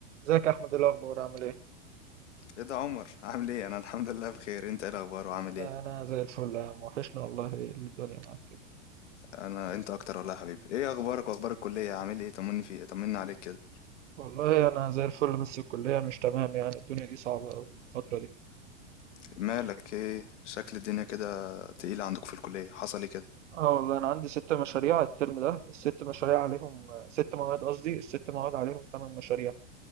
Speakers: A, on the right (about 85°); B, on the left (about 75°).
A: ازيك يا احمد إيه الاخبار عامل ايه
B: ايه ده عمر عامل ايه انا الحمد لله بخير انت ايه الاخبار وعامل ايه
A: انا زي الفل يا عم وحشنا والله إيه اللي الدنيا معاك كده
B: انا انت اكتر والله يا حبيبي ايه اخبارك واخبار الكليه عامل ايه طمني في طمني عليك كده
A: والله انا زي الفل بس الكليه مش تمام يعني الدنيا دي صعبه قوي الفتره دي
B: مالك ايه شكل الدنيا كده تقيله عندك في الكليه حصل ايه كده
A: اه والله انا عندي ست مشاريع الترم ده الست مشاريع عليهم ست مواد قصدي الست مواد عليهم ثمان مشاريع